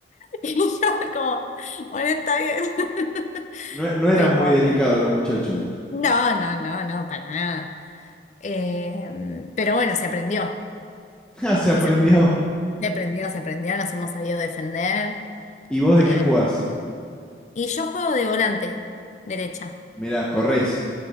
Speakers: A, on the left (about 40°); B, in the centre.
A: Y yo fue como, bueno, está bien. <laughs>
B: No, e- no eran
A: Pero
B: muy delicados los muchachos.
A: no, no, no, no, para nada. Eh, pero bueno, se aprendió.
B: <laughs> Ah, se
A: Nos
B: aprendió.
A: hemos, se aprendió, se aprendió, nos hemos sabido defender.
B: ¿Y vos
A: Eh,
B: de qué jugás?
A: y yo juego de volante, derecha.
B: Mirá, corres.